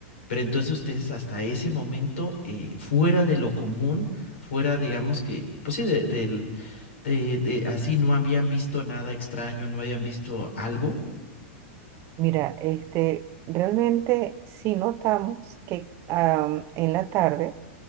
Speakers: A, on the left (about 80°); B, on the right (about 40°).
A: Pero entonces ustedes hasta ese momento, eh, fuera de lo común, fuera, digamos que, pues sí, de- del, de, de, así no habían visto nada extraño, no habían visto algo.
B: Mira, este, realmente sí notamos que ah, en la tarde